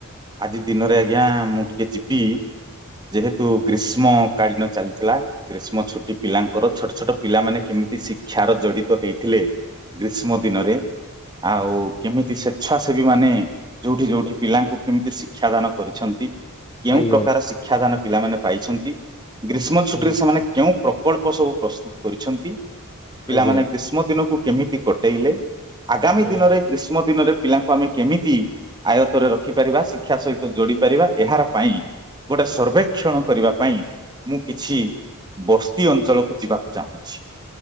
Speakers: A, on the right; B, on the left.
A: ଆଜି ଦିନରେ ଆଜ୍ଞା ମୁଁ ଟିକେ ଯିବି ଯେହେତୁ ଗ୍ରୀଷ୍ମ କାଳୀନ ଚାଲିଥିଲା ଗ୍ରୀଷ୍ମ ଛୁଟି ପିଲାଙ୍କର ଛୋଟ ଛୋଟ ପିଲାମାନେ କେ ଇତି ଶିକ୍ଷାର ଜଡ଼ିତ ହେଇଥିଲେ ଗ୍ରୀଷ୍ମ ଦିନରେ ଆଉ କେମିତି ସ୍ଵେଚ୍ଛାସେବୀ ମାନେ ଯୋଉଠି ଯୋଉଠି ପିଲାଙ୍କୁ କେମିତି ଶିକ୍ଷାଦାନ କରିଛନ୍ତି କେଉଁ
B: ଆଜ୍ଞା
A: ପ୍ରକାର ଶିକ୍ଷା ଦାନ ପିଲାମାନେ ପାଇଛନ୍ତି ଗ୍ରୀଷ୍ମ ଛୁଟିରେ
B: ହୁଁ
A: ସେମାନେ କେଉଁ ପ୍ରକଳ୍ପ ସବୁ ପ୍ରସ୍ତୁତ କରିଛନ୍ତି ପିଲାମାନେ
B: ଆଜ୍ଞା
A: ଗ୍ରୀଷ୍ମ ଦିନକୁ କେମିତି କଟେଇଲେ ଆଗାମୀ
B: ଆଜ୍ଞା
A: ଦିନରେ ଗ୍ରୀଷ୍ମ ଦିନରେ ପିଲାଙ୍କୁ ଆମେ କେମିତି ଆୟତରେ ରଖିପାରିବା ଶିକ୍ଷା ସହିତ ଯୋଡ଼ି ପାରିବା ଏହାର ପାଇଁ ଗୋଟେ ସର୍ବେକ୍ଷଣ କରିବା ପାଇଁ ମୁଁ କିଛି ବସ୍ତି ଅଞ୍ଚଳକୁ ଯିବାକୁ ଚାହୁଁଛି।